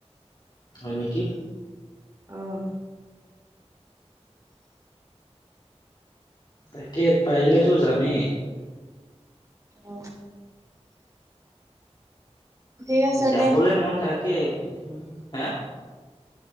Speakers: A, on the left; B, on the right.
A: হয় নেকি
B: আঁহ
A: তাকে পাৰিলেতো যামেই
B: আঁহ ঠিক আছে
A: যাবলে
B: দে
A: মন থাক কিন্তু হাঁ